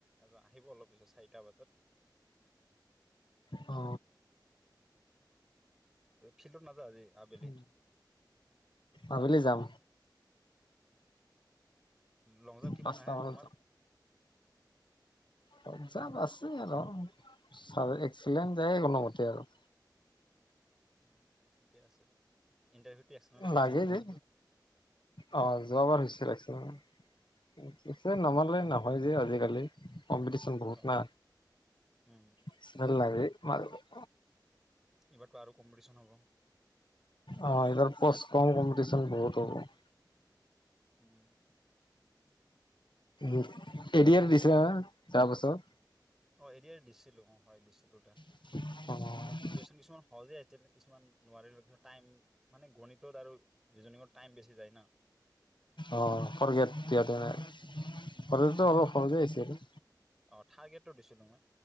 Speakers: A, in the centre; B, on the left.
A: এজন অলপ পিছত চাৰিটা বজাত।
B: অ।
A: ফিল্ডত নাযায় আজি আবেলি?
B: অ আবেলি যাম।
A: লংজাম্প কিমান
B: পাঁচটা
A: আহে
B: মানত
A: তোমাৰ?
B: লংজাম্প আছে আৰু, ছা এক্সিডেণ্ট যায় কোনোমতে আৰু।
A: অ ঠিকে আছে দে, ইণ্টাৰভিউটো এক্সিলেণ্ট হৈছিল
B: লাগে
A: লংজাম্পটোত?
B: যে অ যোৱাবাৰ হৈছিল এক্সিলেণ্ট, এতিয়া নমাৰিলে নহ হয় যে আজিকালি কম্পিটিশ্যন বহুত
A: অ',
B: না।
A: উম,
B: <unintelligible>
A: এইবাৰতো আৰু কম্পিটিশন হ'ব।
B: অ এইহতৰ পষ্ট ক'ম কম্পিটিচন বহুত হ'ব।
A: উম।
B: উম এ ডি আৰ দিছিলা না যোৱা বছৰ?
A: অ' এ' ডি আৰ অ' দিছিলো হয় দিছিলো দে
B: অ'অ
A: কোৱেশ্যন কিছুমান সহজে আহিছিল, কিছুমান নোৱাৰিলো টাইম মানে গণিতত আৰু ৰিজইনীঙৰ টাইম বেছি যায় না
B: অ' ফ'ৰ্টগ্ৰেড দিয়তেনে ফ'ৰ্টগ্ৰডৰটো
A: উম,
B: অলপ সহজে আহিছে আৰু
A: অ' থাৰ্ড গ্ৰেডটো দিছিলো মই,